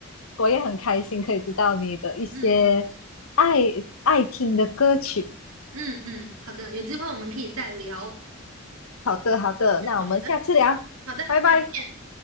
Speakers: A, on the left; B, on the right.
A: 我也很开心可以知道你的一些爱爱听的歌曲。
B: 嗯嗯嗯，好的，有机会我们可以再聊。好
A: 好的，好的，那我们下次聊，
B: 的，好的，
A: 拜拜。
B: 再见。